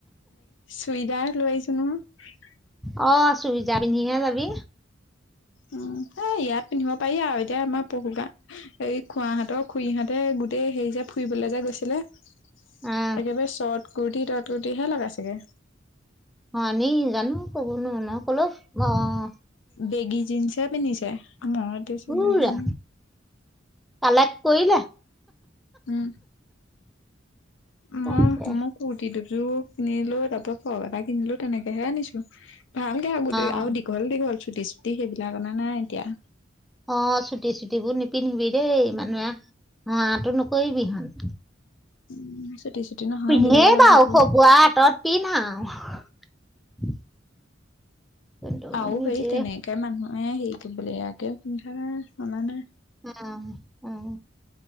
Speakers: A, on the left; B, in the centre.
A: চুইজাৰ লৈ আহিছোঁ নহয়
B: অহ চুইযাৰ পিন্ধিহে যাবি
A: উম এ ইয়াত পিন্ধিব পাৰি আৰু এতিয়া আমাৰ পহু গান এই খুৱাহাত তই খুৰীহঁতে গোটেই হেৰি যে ফুৰিবলে যে গৈছিলে। একেবাৰে
B: অ
A: চট কুৰ্তি তট কুুৰ্তিহে লগাই চেগে
B: আমি জানো কব নো কলৈ অ অ
A: বেগী জিন্সহে পিন্ধিছে মই টো চুৰিজাৰ
B: উৰা
A: পিন্ধিম
B: কালেক্ট কৰিলা
A: উম মই
B: তাকে
A: মই কুুৰ্তি দুযোৰ কিনিলোঁ তাৰপা ফ্ৰক এটা কিনিলো তেনেকেহে আনিছো ভাল ঘা
B: অ
A: আও দীঘল দীঘল চুটি চুটি সেইবিলাক অনা নাই এতিয়া
B: অ ছুটি ছুটিবোৰ নিপিন্ধিবি দেই মানুহে অ আঁটো নকৰিবি হন
A: উম <unintelligible>
B: পিন্ধেই
A: দীঘল
B: বাৰু
A: আৰু সেইটো।
B: খগুৱা হাতত পিন্ধ আৰু কিন্তু
A: তাও
B: নিজে
A: কেৰী সেই তেনেকে মানুহে সেই তুবলে আকে পিন্ধা চলা নাই
B: অহ অহ